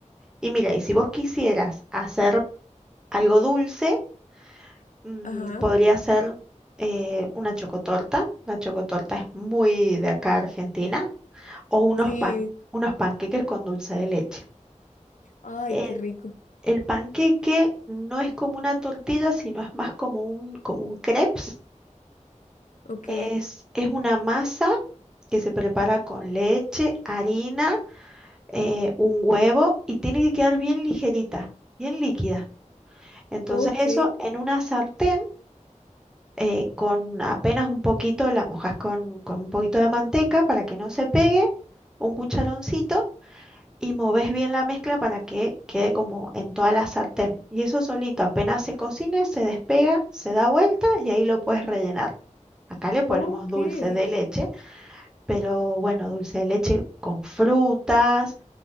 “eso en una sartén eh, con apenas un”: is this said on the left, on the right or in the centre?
Centre